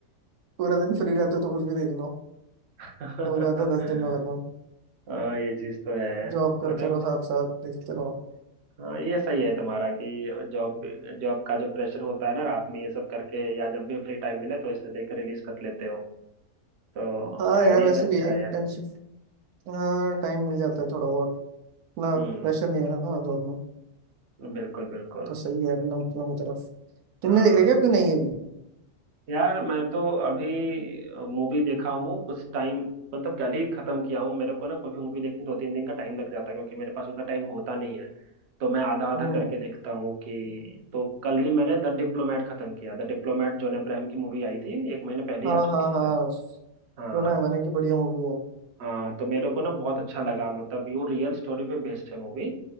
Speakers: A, on the right; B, on the right.
A: पूरा दिन फ्री रहते हो तो कुछ भी देख लो
B: <laughs>
A: हो जाता है दस दिन में खत्म
B: हाँ ये चीज तो है
A: जॉब करते
B: मतलब
A: रहो साथ साथ देखते रहो
B: हाँ ये सही है तुम्हारा कि जॉब जॉब का जो प्रेशर होता है ना रात में ये सब करके या जब भी फ्री टाइम मिले तो इसे देख के रिलीज कर लेते हो तो
A: हाँ
B: आइडिया
A: यार वैसे
B: तो अच्छा
A: भी
B: है
A: इंटर्नशिप
B: यार
A: हाँ टाइम मिल जाता है थोड़ा बहुत इतना
B: हम्म
A: प्रेशर नहीं है ना हाँ, जॉब में
B: बिल्कुल बिल्कुल
A: तो सही है अपना दोनों तरफ तुमने
B: हाँ
A: देख रहे क्या कि नहीं अभी
B: यार मैं तो अभी मूवी देखा हूँ कुछ टाइम मतलब कल ही खत्म किया हूँ मेरे को ना कोई भी मूवी देखने दो तीन दिन का टाइम लग जाता है क्योंकि मेरे पास उतना टाइम होता नहीं है तो मैं आधा आधा
A: हम्म
B: करके देखता हूँ कि तो कल ही मैंने द डिप्लोमेट खत्म किया द डिप्लोमेट जॉन अब्राहम की मूवी आई थी एक महीने पहले
A: हाँ
B: ही आ चुकी
A: हाँ
B: थी
A: हाँ
B: शायद
A: सुना
B: हाँ
A: है मैंने कि बढ़िया मूवी
B: हाँ तो मेरे को ना बहुत अच्छा लगा मतलब यू रियल स्टोरी पे बेस्ड है मूवी